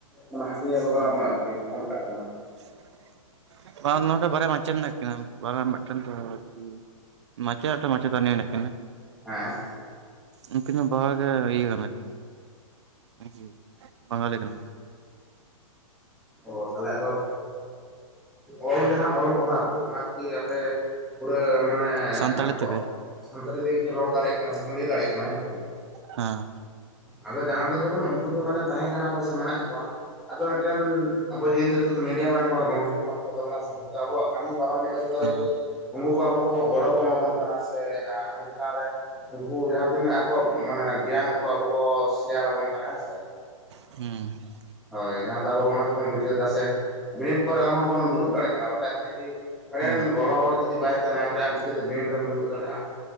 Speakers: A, in the centre; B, on the right.
A: ᱢᱟᱱᱮ ᱦᱟᱹᱴᱤᱧ ᱟᱠᱚ ᱠᱟᱱᱟ
B: ᱦᱩᱸ
A: ᱵᱚᱱ ᱟᱨᱠᱤ ᱱᱚᱜ- ᱱᱚᱝᱠᱟᱜ ᱠᱟᱱᱟ ᱾
B: <unintelligible> ᱵᱟᱝ ᱱᱚᱰᱮ ᱵᱟᱨᱭᱟ ᱢᱟᱪᱮᱛ ᱦᱮᱱᱟᱜ ᱠᱤᱱᱟ <unintelligible> ᱢᱮᱫᱴᱮᱱ ᱫᱚ ᱟᱨᱠᱤ ᱢᱟᱪᱮᱫ ᱟᱨ ᱢᱮᱫᱴᱮᱡ ᱢᱟᱪᱮᱛᱟᱱᱤ ᱦᱮᱱᱟᱜ ᱠᱤᱱᱟᱹ ᱾
A: ᱦᱮᱸ
B: ᱩᱱᱠᱤᱱ ᱦᱚᱸ ᱵᱟᱜ ᱦᱚᱲ ᱜᱮ ᱤᱭᱟᱹ ᱠᱟᱱᱟ ᱠᱤᱱ ᱾ <unintelligible> ᱵᱟᱝᱜᱟᱞᱤ ᱠᱟᱱᱟᱭ ᱾
A: ᱚ ᱛᱟᱦᱚᱞᱮ ᱟᱫᱚ ᱚᱞ ᱡᱟᱦᱟᱸ ᱚᱞ ᱯᱟᱲᱦᱟᱣ ᱠᱚ ᱚᱱᱟ ᱠᱚ ᱠᱤ ᱟᱯᱮ ᱯᱩᱨᱟᱹ ᱢᱟᱱᱮ
B: ᱥᱟᱱᱛᱟᱲᱤ
A: ᱟᱵᱚᱣᱟᱜ
B: ᱛᱮᱜᱮ
A: ᱥᱟᱱᱛᱟᱞᱤ ᱛᱮᱜᱮ ᱠᱤᱱ ᱨᱚᱲ ᱫᱟᱲᱮᱜ ᱠᱟᱱᱟ ᱥᱮ ᱠᱤᱱ ᱞᱟᱹᱭ ᱫᱟᱲᱮᱭᱟᱜ ᱠᱟᱱᱟ ᱦᱮᱸ ᱥᱮ ᱵᱟᱝ?
B: ᱦᱮᱸ
A: ᱟᱫᱚ ᱡᱟᱦᱟᱸ ᱫᱚ ᱡᱮᱢᱚᱱ ᱩᱱᱠᱩ ᱫᱚ ᱢᱟᱱᱮ ᱛᱟᱦᱮᱸ ᱠᱟᱱᱟ ᱠᱚ ᱥᱮ ᱢᱮᱱᱟᱜ ᱠᱚᱣᱟ ᱾ ᱟᱫᱚ ᱢᱤᱫᱴᱮᱱ ᱟᱵᱚ ᱡᱮᱦᱮᱛᱩ ᱱᱤᱛᱚᱜ ᱫᱚ ᱢᱤᱰᱤᱭᱟᱢ ᱨᱮᱱ ᱠᱚ ᱜᱚᱝᱠᱮ ᱠᱚ ᱵᱟᱹᱱᱩᱜ ᱠᱚᱛᱟ ᱵᱚᱱᱟ ᱥᱮ ᱾ ᱦᱚᱭᱛᱚ ᱟᱵᱚᱣᱟᱜ ᱠᱟᱹᱢᱤ ᱯᱟᱨᱚᱢ ᱞᱮᱠᱟ ᱛᱮᱫᱚ
B: ᱦᱮᱸ
A: ᱦᱚᱭᱛᱚ ᱩᱱᱠᱩ ᱠᱚ ᱟᱵᱚ ᱠᱚ ᱜᱚᱲᱚ ᱠᱚ ᱮᱢᱟ ᱵᱚᱱ ᱠᱟᱱᱟ, ᱥᱮ ᱟᱵᱚ ᱪᱮᱛᱟᱱ ᱨᱮ ᱩᱱᱠᱩ ᱡᱟᱦᱟᱸ ᱛᱤᱱᱟᱹᱜ ᱟᱠᱚ ᱢᱟᱱᱮ ᱜᱮᱭᱟᱱ ᱠᱚ ᱟᱵᱚ ᱠᱚ ᱥᱮᱭᱟᱨ ᱟᱵᱚᱱ ᱠᱟᱱᱟ ᱦᱮᱸᱥᱮ ᱾
B: ᱦᱩᱸ ᱾
A: ᱦᱳᱭ ᱡᱟᱦᱟᱸ ᱫᱚ ᱟᱵᱚ ᱚᱱᱟ ᱛᱮᱵᱚᱱ ᱵᱩᱡᱷᱟᱹᱣ ᱮᱫᱟ ᱥᱮ ᱵᱤᱱᱤᱴ ᱠᱚᱨᱮ ᱦᱚᱸᱵᱚᱱ ᱫᱩᱲᱩᱵ ᱫᱟᱲᱮᱭᱟᱜ ᱠᱟᱱᱟ, ᱵᱟᱠᱷᱟᱡ ᱫᱚ ᱡᱩᱫᱤ ᱢᱤᱫᱴᱮᱱ
B: ᱦᱩᱸ
A: ᱜᱚᱲᱚ ᱦᱚᱲ ᱡᱩᱫᱤ ᱵᱟᱭ ᱛᱟᱦᱮᱸᱱᱟᱭ ᱢᱤᱫᱴᱮᱱ ᱟᱢ ᱪᱤᱠᱟᱹᱛᱮ ᱵᱤᱱᱤᱰ ᱨᱮᱢ ᱫᱩᱲᱩᱵ ᱫᱟᱲᱮᱜᱼᱟ?